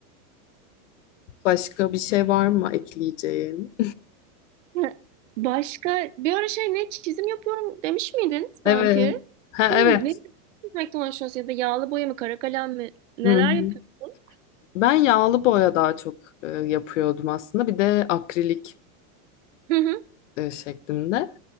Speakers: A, on the left; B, on the right.
A: başka bir şey var mı ekleyeceğin?
B: Ha, Başka bir ara şey ne çizim yapıyorum demiş miydin sanki?
A: Evet. Ha,
B: Değil mi?
A: evet.
B: Ne çizmekten hoşlanıyorsun ya da yağlı boya mı kara kalem mi neler
A: Hı hı.
B: yapıyorsun?
A: Ben yağlı boya daha çok e, yapıyordum aslında. Bir de akrilik
B: Hı hı.
A: e, şeklinde.